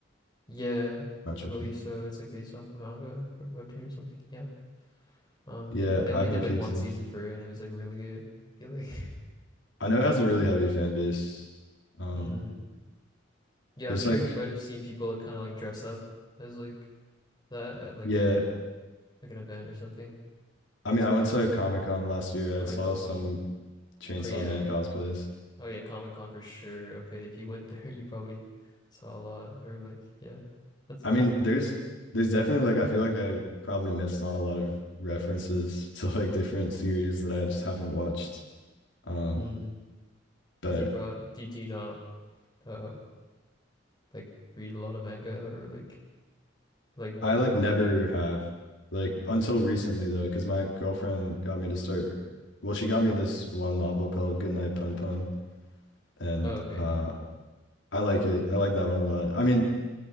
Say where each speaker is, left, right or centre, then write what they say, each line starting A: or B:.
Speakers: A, on the left; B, on the left.
A: Yeah,
B: Not tripping.
A: I believe so. It's like based off a manga or webtoon or something. Yeah. Um,
B: Yeah,
A: but they only
B: I haven't
A: did like
B: peeped
A: one
B: it.
A: season for it, and it was like really good. I feel like
B: I know it has a really heavy fan base. Um,
A: Mm. Yeah,
B: there's
A: I'm sure
B: like,
A: you might have seen people like kind of like dress up as like that at like
B: yeah,
A: a like an event or something.
B: I mean,
A: It's kinda
B: I went to
A: like-
B: a Comic Con last year.
A: Or
B: I
A: like
B: saw
A: Halloween.
B: some Chainsaw
A: Or yeah.
B: Man cosplays.
A: Oh yeah, Comic-Con for sure. Okay, if you went there, <laughs> you probably saw a lot or like yeah. That's
B: I
A: that's
B: mean,
A: cool.
B: there's there's definitely like I feel like I probably missed on a lot of references <laughs> to like different series that I just haven't watched. Um,
A: Mm.
B: but
A: 'Cause you probably do, do you not uh like read a lot of manga or like like why
B: I like
A: why'd
B: never
A: you
B: have like until recently though, because my girlfriend got me to start. Well, she got me this one novel called Goodnight Pun Pun, and
A: Oh, okay.
B: uh, I like it. I like that one a lot. I mean,